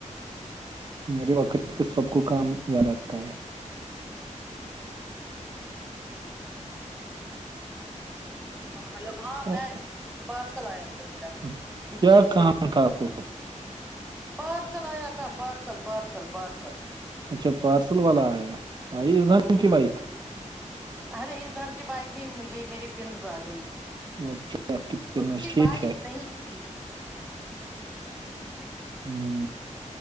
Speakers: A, on the right; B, in the centre.
A: میرے وقر پ سب کو کام یاد آتا ہے
B: ہاں ہلو ہاں
A: او،
B: میں کار چلایا تھا میرا
A: کیا
B: اسی
A: کام
B: سے
A: تھا آپ کو
B: پارسل آیا تھا پارسل پارسل پارسل
A: اچھا پارسل والا آیا آئی ایزان
B: ہوں
A: کی بائک
B: ارے ہسان کی بائک نہیں مجھے میری پنس آ گئی
A: اچھا آپ کی پنس
B: اس کی
A: ٹھیک
B: بائ
A: ہے
B: نہیں تھی <inaudible>
A: ہوں